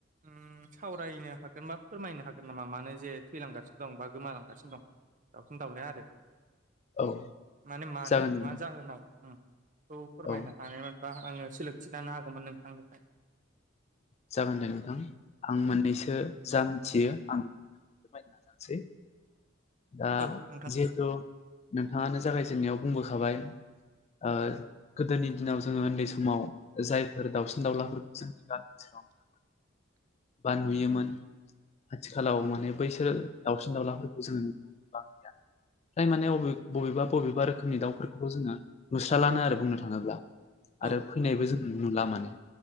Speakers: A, on the right; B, on the left.
A: ओम सावरायनो हागोन बा फोरमायनो हागोन नामा मानो जे थैलांगासिनो दं। बा गोमालांगासिनो दं दाउसिन दाउलाया आरो
B: औ
A: माने मानो
B: जागोन दे
A: मा जाहोनाव उम बेखौ फोरमायनो
B: औ
A: हानाय बा आङो सोलोंथि लानो हागौमोन नोंथांनिफ्राय
B: जागोन दे नोंथां आं मोननैसो जा मिथियो आं फोरमायनो नाजानोसै। दा
A: औ नोंथां
B: जिहेथु नोंथाङानो जागायजेननायाव बुंबोखाबाय ओ गोदोनि दिनाव जोङो उन्दै समाव जायफोर दाउसिन दाउलाफोरखौ जोंनि गामि ओनसोलाव
A: <inaudible>
B: बा नुयोमोन आथिखालाव माने बैसोर दावसिन दाउलाफोरखौ जोङो
A: <inaudible>
B: मोनला। फ्राय माने अबे बबेबा बबेबा रोखोमनि दाउफोरखौ जोङो नुस्राला लानो आरो बुंनो थाङोब्ला। आरो
A: औ
B: फैनायबो
A: औ
B: जों नुनो मोनला माने